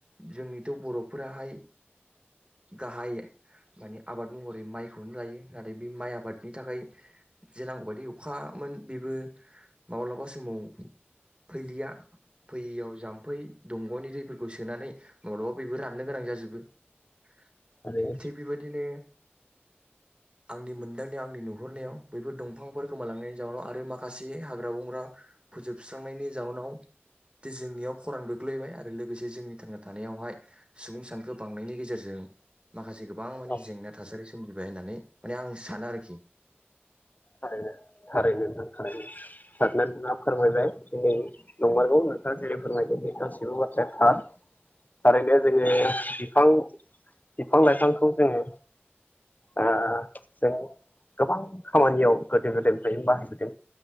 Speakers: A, on the right (about 25°); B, on the left (about 45°).
A: जोंनिथ बरफोराहाय गाहाय माने आबाद महरै माइखौनो गायो नाथाय बे माइ आबादनि थाखाय जे नांगौ बायदि अखामोन बेबो माब्लाबा समाव फैलिया फैयियाव जाम फै दंगनि दै फोरखौ सोनानै माब्लाबा बैबो राननो गोनां जा <unintelligible>
B: थारैनो
A: थिग बेबायदिनो आंनि मोनदांनायाव आंनि नुहरनायाव बैफोर दंफांफोरखौ गोमालांनायनि जाउनाव आरो माखासे हाग्रा बंग्रा फोजोबस्रांनायनि जाउनाव दि जोंनियाव खरां गोग्लैबाय आरो लोगोसे जोंनि थांना थानायावहाय सुबुं सानखो बांनायनि गेजेरजों माखासे गोबां मानि
B: औ
A: जेंना थासारि सोमजिबाय होननानै माने आं सानो आरोखि
B: थारैनो थारैनो नोंथां <unintelligible> फोरमायबाय दिनै नंमारगौ
A: उम
B: नोंथाङा जेरै फोरमायदों बे गासैबो बाथ्राया थार थारैनो जोङो बिफां बिफां लाइफांखौ जोङो ओ जों गोबां खामानियाव गोदो गोदायनिफ्राय बाहायबोदों